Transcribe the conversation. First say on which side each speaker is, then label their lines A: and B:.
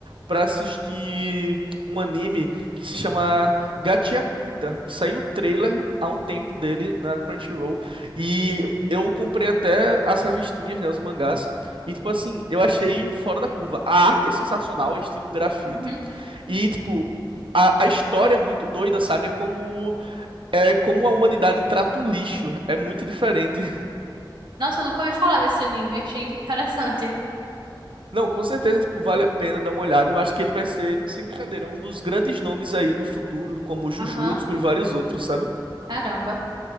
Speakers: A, on the right; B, on the right.
A: pra assistir um anime que se chama Gachiakuta. Saiu o trailer há um tempo dele na Crunchyroll e eu comprei até as revistinhas, né, os mangás. E tipo assim, eu achei fora da curva. A arte é sensacional, é estilo um grafite
B: Uhum.
A: e tipo a, a história é muito doida, sabe? É como é como a humanidade trata o lixo. É muito diferente
B: Nossa, eu nunca ouvi falar desse anime, achei interessante.
A: Não, com certeza, tipo, vale a pena dar uma olhada. Eu acho que ele vai ser, sem brincadeira, um dos grandes nomes aí no futuro, como Jujutsu
B: Aham,
A: e vários outros, sabe?
B: caramba.